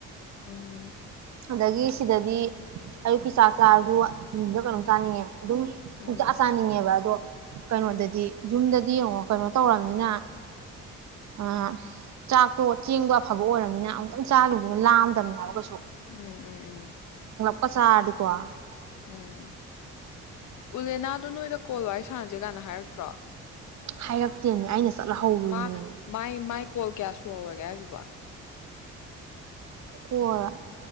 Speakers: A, on the left; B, on the right.
A: ꯎꯝ
B: ꯑꯗꯒꯤ ꯁꯤꯗꯗꯤ ꯑꯌꯨꯛꯀꯤ ꯆꯥꯛ ꯆꯥꯔꯁꯨ ꯅꯨꯗ ꯀꯩꯅꯣꯝ ꯆꯥꯅꯤꯡꯉꯦ ꯑꯗꯨꯝꯆ
A: ꯎꯝ
B: ꯆꯥꯅꯤꯡꯉꯦꯕ ꯑꯗꯣ ꯀꯩꯅꯣꯗꯗꯤ ꯌꯨꯝꯗꯗꯤ ꯌꯦꯡꯉꯣ ꯀꯩꯅꯣ ꯇꯧꯔꯕꯝꯅꯤꯅ ꯑ ꯆꯥꯛꯇꯣ ꯆꯦꯡꯗꯣ ꯑꯐꯕ ꯑꯣꯏꯔꯝꯅꯤꯅ ꯑꯃꯨꯛꯇꯪ ꯆꯥꯂꯨꯗꯨꯅ ꯂꯥꯑꯝꯗꯕꯅꯤꯅ ꯍ ꯀ
A: ꯎꯝ ꯎꯝ ꯎꯝ
B: ꯀ ꯆꯥꯗꯤꯀꯣ
A: ꯎꯝ ꯎꯂꯦꯅꯥꯗ ꯅꯣꯏꯗ ꯀꯣꯜ ꯋꯥꯔꯤ ꯁꯥꯟꯅꯁꯦ ꯀꯥꯏꯅ ꯍꯥꯏꯔꯛꯇ꯭ꯔꯣ
B: ꯍꯥꯏꯔꯛꯇꯦꯅꯦ ꯑꯩꯅ ꯆꯠꯂ ꯍꯧꯔꯨꯔꯤꯅꯦꯃꯤ
A: ꯃꯥ ꯃꯥꯏ ꯃꯥꯏ ꯀꯣꯜ ꯀꯌꯥ ꯁꯨ ꯍꯧꯔꯒꯦ ꯍꯥꯏꯁꯤꯕꯣ
B: ꯍꯣꯏꯣꯏ